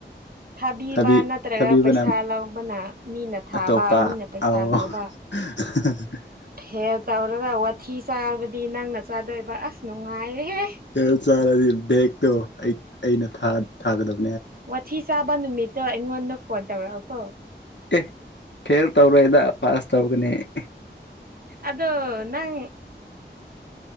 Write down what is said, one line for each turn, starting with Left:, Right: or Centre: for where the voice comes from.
Right: ꯊꯥꯕꯤꯕ
Left: ꯊꯕꯤ
Right: ꯅꯠꯇ꯭ꯔꯒ
Left: ꯊꯥꯕꯤꯕꯅ
Right: ꯄꯩꯁꯥ ꯂꯧꯕꯅ ꯃꯤꯅ ꯊꯥꯕ
Left: ꯑꯇꯣꯞꯄ
Right: ꯃꯤꯅ ꯄꯩꯁꯥ
Left: ꯑꯧ
Right: ꯂꯧꯕ
Left: <unintelligible>
Right: ꯐꯦ ꯇꯧꯔꯒ ꯋꯥꯊꯤ ꯆꯥꯔꯕꯗꯤ ꯅꯪꯅ ꯆꯥꯗꯣꯏꯕ ꯑꯁ ꯅꯨꯡꯉꯥꯏꯔꯦꯍꯦ
Left: ꯍꯦꯜ ꯆꯥꯔꯗꯤ ꯕꯦꯛꯇꯣ ꯑꯩ ꯑꯩꯅ ꯊꯥꯒꯗꯕ
Right: ꯋꯥꯊꯤ ꯆꯥꯕ ꯅꯨꯃꯤꯠꯇꯣ ꯑꯩꯉꯣꯟꯗ ꯐꯣꯟ ꯇꯧꯔꯛꯑꯣ ꯀꯣ
Left: ꯑꯦ ꯐꯦꯜ ꯇꯧꯔꯣꯏꯗ ꯄꯥꯁ ꯇꯧꯒꯅꯤ
Right: ꯑꯗꯣ ꯅꯪ